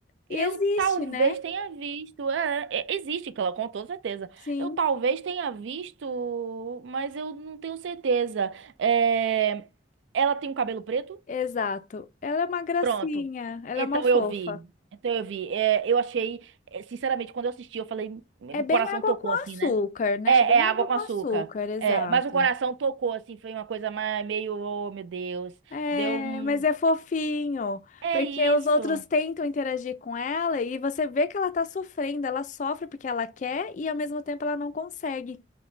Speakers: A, on the left; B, on the right.
A: E
B: Eu
A: existe,
B: talvez
A: né?
B: tenha visto. É, é, existe, claro, com toda certeza.
A: Sim,
B: Eu talvez tenha visto, mas eu não tenho certeza. É, ela tem um cabelo preto?
A: exato. Ela é uma gracinha,
B: Pronto.
A: ela
B: Então
A: é uma fofa.
B: eu vi. Então eu vi. É, eu achei, é, sinceramente, quando eu assisti, eu falei, o
A: É bem
B: coração
A: água
B: tocou
A: com
B: assim,
A: açúcar,
B: né?
A: né?
B: É,
A: Bem
B: é água
A: água
B: com
A: com
B: açúcar.
A: açúcar, exato.
B: É, mas o coração tocou, assim, foi uma coisa mais, meio, oh meu Deus.
A: É,
B: Deu um.
A: mas é fofinho,
B: É
A: porque
B: isso.
A: os outros tentam interagir com ela e você vê que ela tá sofrendo, ela sofre porque ela quer e ao mesmo tempo ela não consegue.